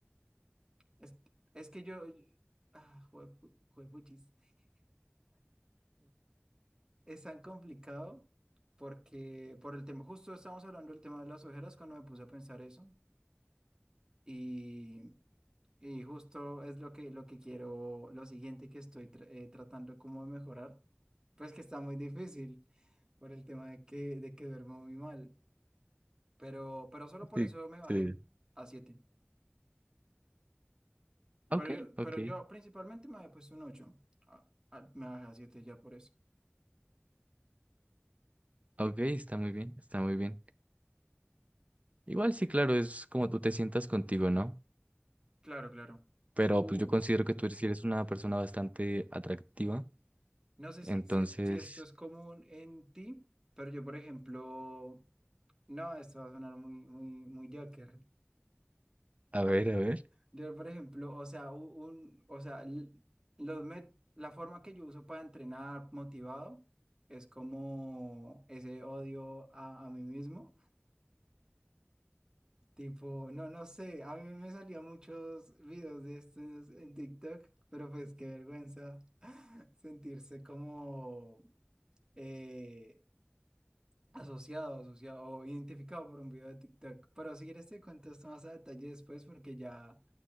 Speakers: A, on the right; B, on the right.
A: es, es que yo, yo- ah, juepu- juepuchis. <laughs> Es tan complicado porque por el tema, justo estábamos hablando del tema de las ojeras cuando me puse a pensar eso. Y, y justo es lo que, lo que quiero, lo siguiente que estoy tra- eh, tratando como de mejorar, pues que está muy difícil por el tema de que, de que duermo muy mal, pero, pero solo por
B: Sí,
A: eso me bajé
B: sí.
A: a siete
B: Ok,
A: pero yo,
B: ok,
A: pero yo principalmente me había puesto un ocho Ah, ah, me bajé a 7 ya por eso.
B: ok, está muy bien, está muy bien. Igual sí, claro, es como tú te sientas contigo, ¿no?
A: Claro, claro.
B: Pero
A: Uh,
B: pues yo considero que tú eres- sí eres una persona bastante atractiva.
A: no sé
B: Entonces,
A: si, se- si esto es común en ti, pero yo, por ejemplo, no, esto va a sonar muy, muy, muy Joker.
B: a ver, a ver.
A: Yo, por ejemplo, o sea, u- un, o sea, l- los met- la forma que yo uso para entrenar motivado es como ese odio a, a mí mismo. Tipo, no, no sé, a mí me salían muchos videos de estos en TikTok, pero pues qué vergüenza <laughs> sentirse como eh, asociado, asociado o identificado por un video de TikTok. Pero si quieres te cuento esto más a detalle después porque ya